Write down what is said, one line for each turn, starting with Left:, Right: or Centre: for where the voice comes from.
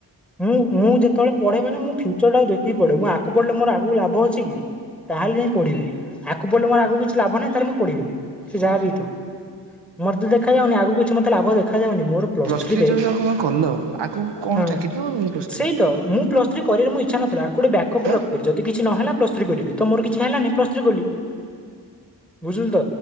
Centre: ମୁଁ ମୁଁ ଯେତେବେଳେ ପଢେ ମାନ ମୁଁ ଫ୍ୟୁଚରଟା ଦେ କି ପଡେଁ ଆଗକୁ ପଡିଲ ମୋର ଆକୁ ଲାଭ ଅ ଛି କି ତାହେଲେ ଯାଇ ପଢିବି ଆଗ ପଢିଲେ ମୋର ଆଗ କିଛି ଲାଭ ନାହିଁ ତାହେଲେ ମୁଁ ପଢ଼ିବିନି ସେ
Right: ହଁ
Centre: ଯାହା ବି ହେଇଥାଉ ମୋର ତ ଦେଖାଯ ଯାଉନି ଆଗକୁ କିଛି ମତେ ଲାଭ ଦେଖାଯାଉନି। ମୋର ପ୍ଲସ
Right: ପ୍ଲସ୍
Centre: ଥ୍ରୀରେ
Right: ଥ୍ରୀ ଯଦି କଣ କଲ ଆଗକୁ କଣ
Centre: ହଁ
Right: ଚାକିରି ଦ ପ୍ଲସ୍
Centre: ସେଇ
Right: ଥ୍ରୀ
Centre: ତ ମୁଁ ପ୍ଲସ୍ କରିବାର ମ ଇଚ୍ଛା ନଥିଲା। ଗୋଟ ବ୍ୟାକପରେ
Right: ତ
Centre: ରଖିିବ ଯଦି କି କିଛି ନହେଲେ ପ୍ଲସ୍ ଥ୍ରୀ କରିବି। ତ ମୋର କିଛି ହେଲାନି ପ୍ରସ୍ ଥ୍ରୀ କଲି। ବୁଝିଲ ତ